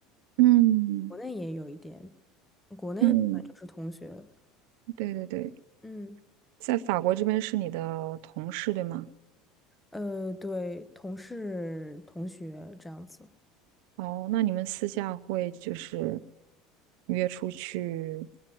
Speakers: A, on the right; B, in the centre.
A: 嗯
B: 国内也有一点，国内基本就是同学，
A: 嗯，对对对，
B: 嗯，
A: 在法国这边是你的同事对吗？
B: 呃，对，同事、同学这样子。
A: 哦，那你们私下会就是约出去